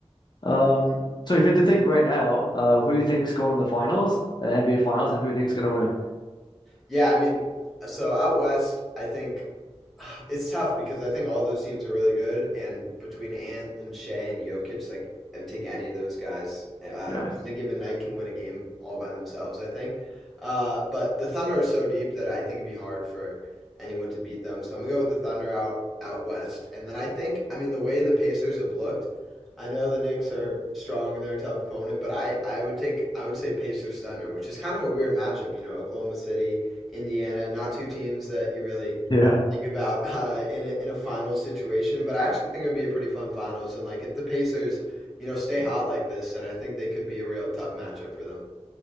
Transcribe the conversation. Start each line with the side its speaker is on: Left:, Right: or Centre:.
Left: Um, so if you had to think right now, uh, who do you think's going to the finals, uh, NBA finals, and who do you think's going to win?
Centre: Yeah, I mean, so out west, I think <sighs> it's tough because I think all those teams are really good, and between Ant and Shea and Jokic, like I'd take any of those guys uh,
Left: Yeah.
Centre: on a given night can win a game all by themselves. I think, uh, but the Thunder are so deep that I think it'd be hard for anyone to beat them. So I'm gonna go with the Thunder out out west, and then I think I mean the way the Pacers have looked. I know the Knicks are strong and they're a tough opponent, but I, I would take I would say Pacers Thunder, which is kind of a weird matchup. You know, Oklahoma City Indiana. Not two teams that you really
Left: Yeah.
Centre: think about uh, in a in a finals situation, but I actually think it would be a pretty fun finals. And like if the Pacers, you know, stay hot like this, then I think they could be a real tough matchup for them.